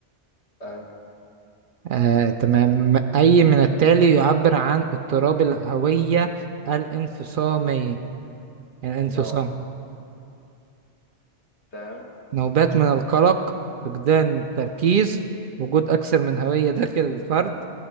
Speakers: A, on the left; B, on the right.
A: تمام
B: آه تمام أي من التالي يعبر عن اضطراب الهوية الانفصامي الانفصام
A: الله تمام
B: نوبات من القلق فقدان التركيز وجود أكثر من هوية داخل الفرد